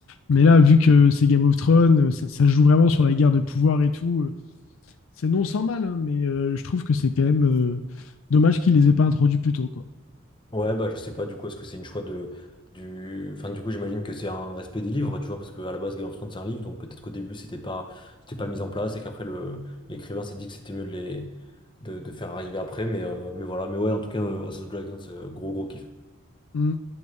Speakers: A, on the left (about 75°); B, on the left (about 25°).
A: Mais là, vu que c'est Game of Thrones, ça, ça joue vraiment sur la guerre de pouvoir et tout. euh, C'est non sans mal, hein, mais euh, je trouve que c'est quand même euh, dommage qu'ils les aient pas introduits plus tôt, quoi.
B: Ouais, bah je sais pas du coup, est-ce que c'est une choix de du. Enfin, du coup, j'imagine que c'est un respect des livres, tu vois, parce que à la base Game of Thrones c'est un livre, donc peut-être qu'au début c'était pas c'était pas mis en place et qu'après le l'écrivain s'est dit que c'était mieux de les de, de faire arriver après, mais, euh, mais voilà, mais ouais, en tout cas, euh, House of the Dragons, euh, gros gros kiff.
A: Mm.